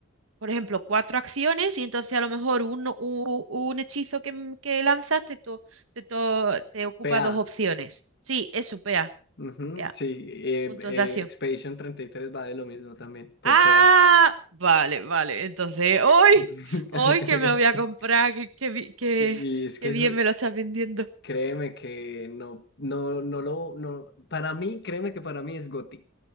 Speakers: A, on the right; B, on the left.
A: por ejemplo, cuatro acciones y entonces a lo mejor uno- u- un, hechizo que, m- que lanzas te, to- te, to- te ocupa
B: PA.
A: dos opciones. Sí, eso, pea,
B: Ujú,
A: pea,
B: sí, eh,
A: puntos
B: eh,
A: de acción.
B: Expedition 33 va de lo mismo también, por
A: Ah,
B: PA.
A: vale, vale. Entonces, hoy,
B: <laughs>
A: hoy que me lo voy a comprar, que, que, bi- que-
B: Y es que
A: que
B: es-
A: bien me lo estás vendiendo.
B: créeme que no, no, no lo, no, para mí, créeme que para mí es GOTY.